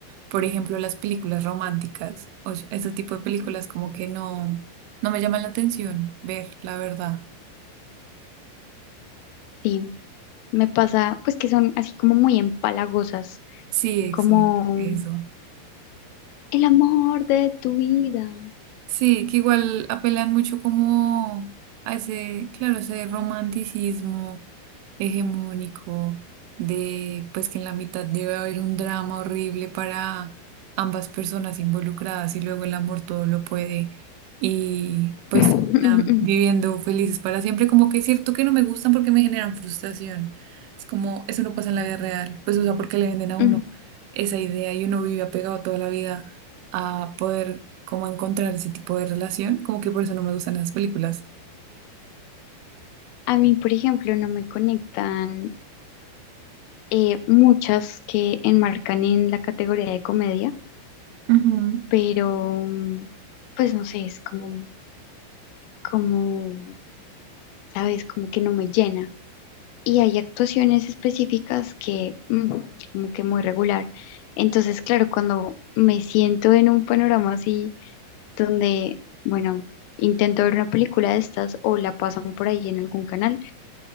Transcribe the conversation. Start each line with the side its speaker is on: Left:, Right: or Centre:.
Right: Por ejemplo, las películas románticas o s- ese tipo de películas como que no, no me llaman la atención ver, la verdad.
Left: Sí, me pasa, pues que son así como muy empalagosas,
Right: Sí, exacto,
Left: como
Right: eso.
Left: el amor de tu vida.
Right: Sí, que igual apelan mucho como a ese, claro, ese romanticismo hegemónico de pues que en la mitad debe haber un drama horrible para ambas personas involucradas y luego el amor todo lo puede y pues
Left: <laughs>
Right: terminan viviendo felices para siempre, como que es cierto que no me gustan porque me generan frustración. Es como, eso no pasa en la vida real, pues o sea, porque le venden a
Left: Ujú.
Right: uno esa idea y uno vive apegado toda la vida a poder como encontrar ese tipo de relación, como que por eso no me gustan esas películas.
Left: A mí, por ejemplo, no me conectan eh, muchas que enmarcan en la categoría de comedia,
Right: Ujú.
Left: pero mm, pues no sé, es como, como, sabes, como que no me llena. Y hay actuaciones específicas que mm, como que muy regular. Entonces, claro, cuando me siento en un panorama así donde, bueno, intento ver una película de estas o la pasan por ahí en algún canal